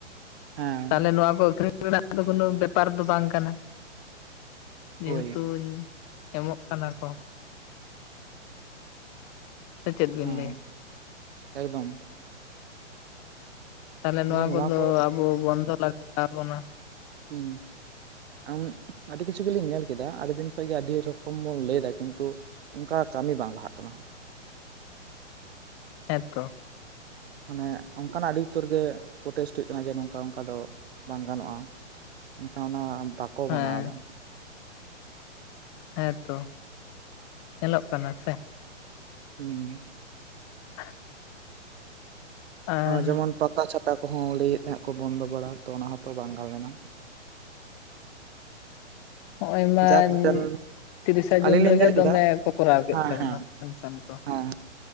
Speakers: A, on the right (about 55°); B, on the left (about 25°).
A: ᱦᱮᱸ
B: ᱛᱟᱦᱞᱮ ᱱᱚᱣᱟ ᱠᱚ ᱟᱹᱠᱷᱨᱤᱧ ᱨᱮᱱᱟᱜ ᱫᱚ ᱠᱳᱱᱳ ᱵᱮᱯᱟᱨ ᱫᱚ ᱵᱟᱝ ᱠᱟᱱᱟ᱾ ᱡᱮᱦᱮᱛᱩᱧ
A: ᱦᱳᱭ
B: ᱮᱢᱚᱜ ᱠᱟᱱᱟ ᱠᱚ᱾ ᱥᱮᱪᱮᱫ ᱵᱮᱱ
A: ᱦᱮᱸ
B: ᱞᱟᱹᱭᱟ?
A: ᱮᱠᱫᱚᱢ
B: ᱛᱟᱦᱚᱞᱮ ᱱᱚᱣᱟ
A: ᱟᱫᱚ
B: ᱠᱚᱫᱚ
A: ᱠᱚ
B: ᱟᱵᱚ ᱵᱚᱱᱫᱚ ᱞᱟᱠᱛᱤ ᱛᱟᱵᱚᱱᱟ
A: ᱦᱩᱸ ᱟᱢ ᱟᱹᱰᱤ ᱠᱤᱪᱷᱩ ᱜᱮᱞᱤᱧ ᱧᱮᱞ ᱠᱮᱫᱟ ᱟᱹᱰᱤ ᱫᱤᱱ ᱠᱷᱚᱱ ᱜᱮ ᱟᱹᱰᱤ ᱨᱚᱠᱚᱢ ᱵᱚᱱ ᱞᱟᱹᱭ ᱮᱟ ᱠᱤᱱᱛᱩ ᱚᱱᱠᱟ ᱠᱟᱹᱢᱤ ᱵᱟᱝ ᱞᱟᱦᱟᱜ ᱠᱟᱱᱟ
B: ᱦᱮᱸᱛᱚ
A: ᱢᱟᱱᱮ ᱚᱱᱠᱟᱱᱟᱜ ᱟᱹᱰᱤ ᱩᱛᱟᱹᱨ ᱜᱮ ᱯᱨᱚᱴᱮᱥᱴ ᱦᱩᱭᱩᱜ ᱠᱟᱱᱟ ᱡᱮ ᱱᱚᱝᱠᱟ ᱚᱱᱠᱟ ᱫᱚ ᱵᱟᱝ ᱜᱟᱱᱚᱜᱼᱟ ᱢᱮᱱᱱᱠᱷᱟᱱ ᱚᱱᱟ ᱵᱟᱠᱚ
B: ᱦᱮᱸ
A: ᱢᱟᱱᱟᱣ ᱮᱫᱟ
B: ᱦᱮᱸᱛᱚ ᱧᱮᱞᱚᱜ ᱠᱟᱱᱟ ᱥᱮ
A: ᱦᱩᱸ
B: <unintelligible> ᱟᱨ
A: ᱡᱮᱢᱚᱱ ᱯᱟᱛᱟ ᱪᱷᱟᱛᱟ ᱠᱚᱸᱦᱚᱸ ᱞᱟᱹᱭᱮᱫ ᱛᱟᱦᱮᱸᱫ ᱠᱚ ᱵᱚᱱᱫᱚ ᱵᱟᱲᱟ ᱛᱚ ᱚᱱᱟ ᱦᱚᱸᱛᱚ ᱵᱟᱝ ᱜᱟᱞ ᱞᱮᱱᱟ
B: <unintelligible>
A: ᱡᱟᱠ ᱢᱤᱫᱴᱮᱱ
B: ᱛᱤᱨᱤᱥᱟ
A: ᱟᱹᱞᱤᱧ
B: ᱡᱩᱱ
A: ᱞᱤᱧ
B: ᱨᱮᱜᱮ
A: ᱧᱮᱞ ᱠᱮᱫᱟ
B: ᱫᱚᱢᱮ ᱠᱚ ᱠᱚᱨᱟᱣ ᱠᱮᱫ
A: ᱦᱮᱸ
B: ᱛᱟᱵᱚᱱᱟ
A: ᱦᱮᱸ
B: ᱯᱮᱱᱥᱚᱱ ᱠᱚ
A: ᱦᱮᱸ